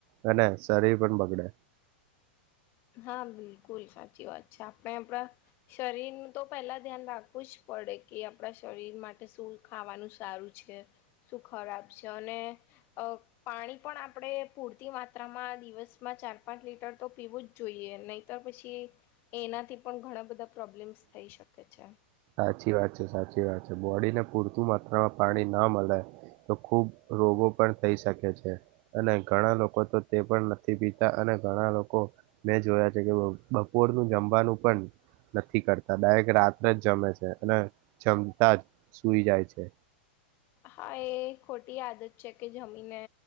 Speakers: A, on the right; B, on the left.
A: અને શરીર પણ બગડે.
B: હા બિલકુલ સાચી વાત છે. આપણે આપણા શરીરનું તો પહેલા ધ્યાન રાખવું જ પડે કે આપણા શરીર માટે શું ખાવાનું સારું છે. છે શું ખરાબ છે અને અ પાણી પણ આપણે પૂરતી માત્રા માત્રામાં દિવસમાં ચાર પાંચ લીટર તો પીવું જ જોઈએ નહી તો પછી એનાથી પણ ઘણા બધા પ્રોબ્લેમ્સ થઈ શકે છે
A: સાચી વાત છે સાચી વાત છે બૉડી ને પૂરતું માત્રામાં પાણી ના મલે તો ખુબ રોગો પણ થઈ શકે છે અને ઘણા લોકો તો તે પણ નથી પીતા અને ઘણા લોકો મેં જોયા છે, કે બપોરનું જમવાનું પણ નથી કરતા ડાયરેક્ટ રાત્રે જ જમે છે અને જમતા જ સૂઈ જાય છે
B: હા, એ ખોટી આદત છે કે જમીને